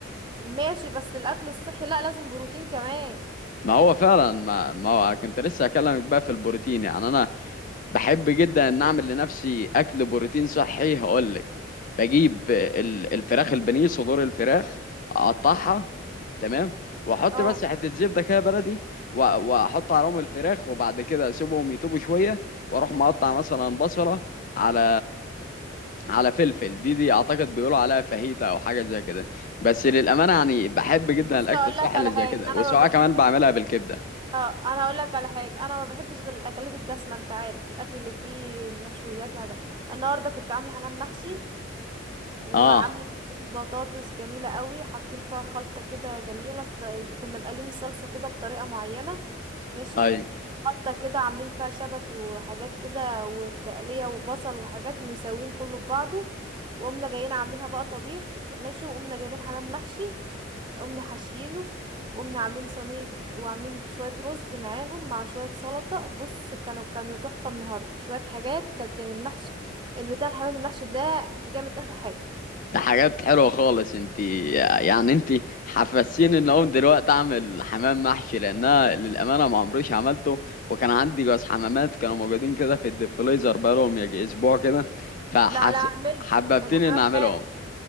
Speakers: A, on the right; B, on the left.
A: ماشي بس الاكل الصحي لا لازم بروتين كمان
B: ما هو فعلا ما ما هو كنت لسه اكلمك بقى في البروتين يعني انا بحب جدا ان اعمل لنفسي اكل بروتين صحي هقولك بجيب ال- الفراخ البانيه صدور الفراخ اقطعها تمام واحط
A: اه
B: بس حته زبده كده بلدي و- واحط عليهم الفراخ وبعد كده اسيبهم يطيبوا شويه واروح مقطع مثلا بصله على على فلفل دي دي اعتقد بيقولوا عليها فاهيتا او حاجه زي كده بس للامانه يعني بحب جدا
A: بص
B: الاكل
A: اقول
B: الصحي
A: لك على
B: اللي زي
A: حاجه
B: كده
A: انا
B: وسواء
A: ما بحبش
B: كمان بعملها بالكبده
A: اه انا هقول لك على حاجه انا ما بحبش غير الاكلات الدسمه انت عارف الاكل اللي فيه مشويات وحاجات النهارده كنت عامله حمام محشي وعامله
B: اه
A: صينيه بطاطس جميله قوي حاطين فيها خلطه كده جميله الط- كنا مقلين الصلصه كده بطريقه معينه ماشي
B: طيب
A: خلطه كده عاملين فيها شبت وحاجات كده وتقليه وبصل وحاجات مساويين كله ببعضه وقمنا جايين عاملينها بقى طبيخ ماشي وقمنا جايبين حمام محشي قمنا حاشيينه وقمنا عاملين صينيه وعاملين شويه رز معاهم مع شويه سلطه بص كانوا كانوا تحفه النهارده شويه حاجات كانت جميل المحشي البتاع الحمام المحشي ده جامد اخر حاجه
B: ده حاجات حلوة خالص انت يعني انت حفزتيني ان اقوم دلوقتي اعمل حمام محشي لانها للامانة ما عمريش عملته وكان عندي جواز حمامات كانوا موجودين كده في الديفليزر بقالهم يجي اسبوع كده فحس
A: لا لا اعمله
B: حببتني
A: الحمام
B: ان اعملهم
A: حلو